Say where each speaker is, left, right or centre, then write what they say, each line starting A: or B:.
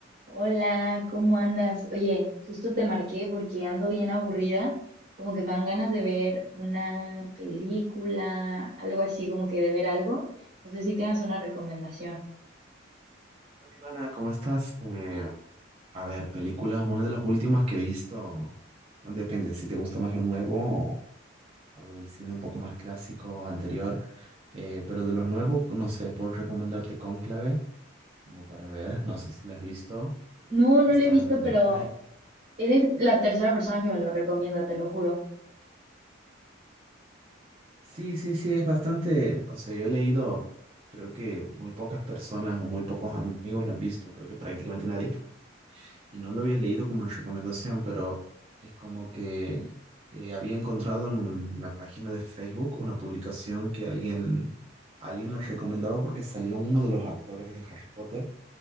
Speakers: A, on the right; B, on the right.
A: Hola, ¿cómo andas? Oye, justo te marqué porque ando bien aburrida, como que me dan ganas de ver una película, algo así, como que de ver algo. No sé si tengas una recomendación.
B: Hola Ivana, ¿cómo estás? Eh, a ver, películas, una de las últimas que he visto, bueno, depende si te gusta más lo nuevo o algo del cine un poco más clásico, anterior, eh, pero de lo nuevo, no sé, puedo recomendarte Cónclave, como para ver, no sé si la has visto,
A: No, no
B: están,
A: lo he visto, pero
B: ay,
A: eres la tercera persona que me lo recomienda, te lo juro.
B: sí, sí, sí, es bastante, o sea, yo he leído, creo que muy pocas personas o muy pocos amigos la han visto, creo que prácticamente nadie, y no lo había leído como en recomendación, pero es como que eh, había encontrado en un- una página de Facebook una publicación que alguien, alguien la recomendaba porque salía uno de los actores de Harry Potter.